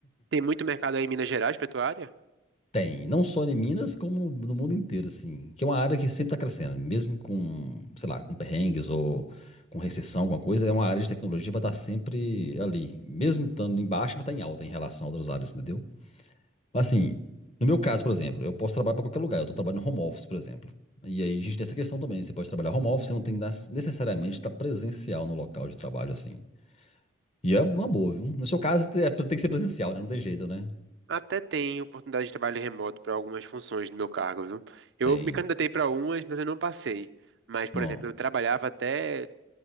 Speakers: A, on the right; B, on the left.
A: Tem muito mercado aí em Minas Gerais para tua área?
B: Tem, não só em Minas, como no, no mundo inteiro, assim. Que é uma área que sempre está crescendo, mesmo com, sei lá, com perrengues ou com recessão, alguma coisa, é uma área de tecnologia vai estar sempre ali. Mesmo estando em baixa, vai estar em alta em relação a outras áreas, entendeu? Mas assim, no meu caso, por exemplo, eu posso trabalhar para qualquer lugar, eu estou trabalhando home office, por exemplo. E aí a gente tem essa questão também, você pode trabalhar home office, você não tem que nas- necessariamente estar presencial no local de trabalho, assim. E é uma boa, viu? No seu caso, te- é- tem que ser presencial, né? Não tem jeito, né?
A: Até tem oportunidade de trabalho remoto para algumas funções do meu cargo, viu? Eu
B: Tem.
A: me candidatei para umas, mas eu não passei. Mas, por
B: Não.
A: exemplo, eu trabalhava até